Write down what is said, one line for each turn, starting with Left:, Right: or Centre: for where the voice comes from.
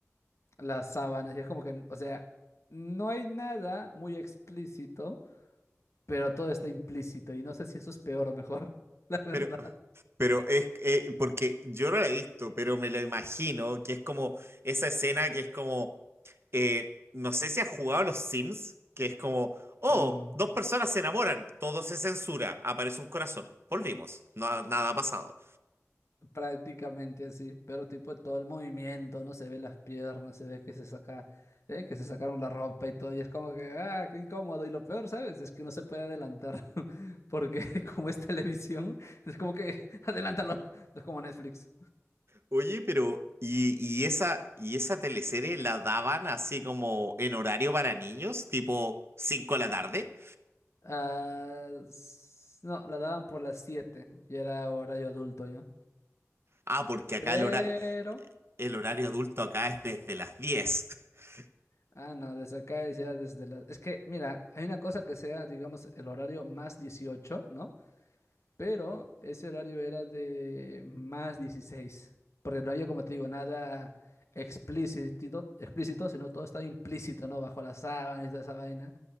Left: las sábanas. Y es como que, o sea, no hay nada muy explícito, pero todo está implícito. Y no sé si eso es peor o mejor, <laughs> la verdad.
Right: Pero, Pero es eh, porque yo no la he visto, pero me lo imagino, que es como esa escena que es como, eh, no sé si has jugado a los Sims, que es como, oh,
Left: Mm.
Right: dos personas se enamoran, todo se censura, aparece un corazón, volvimos, no- nada ha pasado.
Left: Prácticamente así, pero tipo todo el movimiento, no se ve las piernas, se ve que se saca, eh, que se sacaron la ropa y todo, y es como que, ah, qué incómodo. Y lo peor, ¿sabes? Es que no se puede adelantar, <laughs> porque <laughs> como es televisión, es como que, <laughs> adelántalo, es como Netflix.
Right: Oye, pero, ¿y, y esa, y esa teleserie la daban así como en horario para niños, tipo 5 de la tarde?
Left: Ah, s- no, la daban por las 7 y era horario adulto ya.
Right: Ah, porque acá
Left: Pero,
Right: el, hora- el horario adulto acá es desde las diez <laughs>
Left: ah, no, desde acá es ya desde las... Es que, mira, hay una cosa que sea, digamos, el horario más 18, ¿no? Pero ese horario era de más 16, porque no había, como te digo, nada explícito, explícito, sino todo estaba implícito, ¿no? Bajo las sábanas y toda esa vaina.